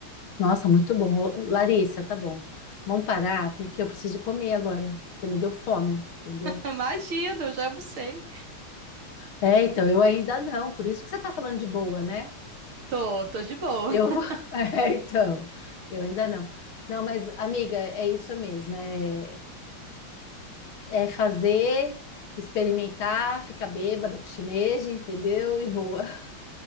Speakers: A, on the left; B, on the right.
A: Nossa, muito bom. Ô, Larissa, tá bom. Vamos parar, porque eu preciso comer agora. Você me deu fome, entendeu?
B: <laughs> Imagina, eu já almocei.
A: É, então, eu ainda não, por isso que você tá falando de boa, né?
B: Tô, tô de boa.
A: Eu
B: <laughs>
A: vou. <laughs> É, então, eu ainda não. Não, mas, amiga, é isso mesmo. É, é fazer, experimentar, ficar bêbada com shimeji, entendeu? E boa. <laughs>